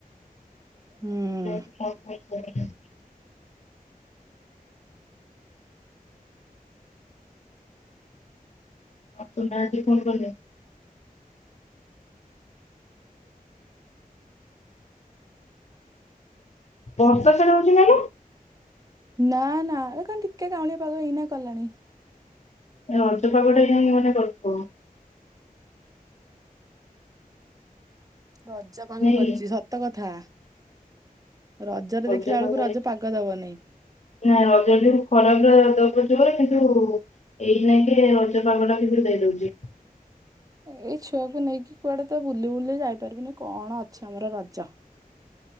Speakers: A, on the right (about 25°); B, on the left (about 50°).
A: ହୁଁ
B: <unintelligible> ମୋ ସୁନା ଆଜି ଫୋନ୍ କଲେ। ବଷ କିଣଉଛି ନାଇଁ <unintelligible>
A: ନାଁ ନାଁ ଅଇଁଖା ଟିକେ କାଉଁଳିଆ ପାାଗ ଏଇନା କଲାଣି।
B: ରଜ ପାଗ ଟା ଯେମିତି ମନେ କରୁଥିବ।
A: ରଜ ପାନ
B: ନାଇଁ
A: କରିଛି
B: କି?
A: ସତ କଥା ରଜରେ
B: ରଜ
A: ଦେଖିଲା
B: ପାଗରେ
A: ବେଳକୁ ରଜ ପା ଧୋକା ଦବନେଇ।
B: ନା ରଜ ଯୋଉ ଖରାଟା ଦବ ଯୋରେ କିନ୍ତୁ ଏଇନାକେ ରଜ ପାଗ ଟା କିନ୍ତୁ ଦେଇ ଦଉଛି।
A: ଏଇ ଛୁଆକୁ ନେଇକି କୁଆଡେ ତ ବୁଲି ବୁଲି ଯାଇପାରିବିନି କଣ ଅଛି ଆମର ରଜ।